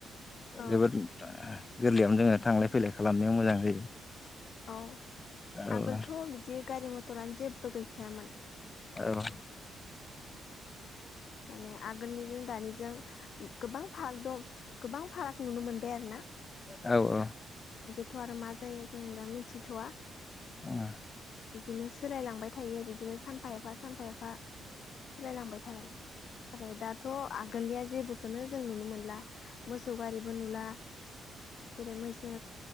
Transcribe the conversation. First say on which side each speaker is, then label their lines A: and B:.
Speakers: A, on the left; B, on the left.
A: औ
B: जोबोद गोरलैयावनो जोङो थांलाय फैलाय खालामनायाव मोजां जायो
A: औ
B: औ
A: आगोलथ'
B: औ
A: बिदि गारि मथरानो जेबबो गैखायामोन
B: औ
A: माने आगोलनिजों दानिजों गोबां पार्क दं गोबां फाराग नुनो मोनबाय आरो ना
B: औ औ
A: बेथ आरो मा जायो जों दा मिथिथवा
B: अ
A: बिदिनो सोलायलांबाय थायो बिदिनो सानफा एफा सानफा एफा सोलायलांबाय थाबाय ओमफ्राय दाथ आगोलनिया जेबोखौनो जों नुनो मोनला मोसौ गारिबो नुला जेरै मैसो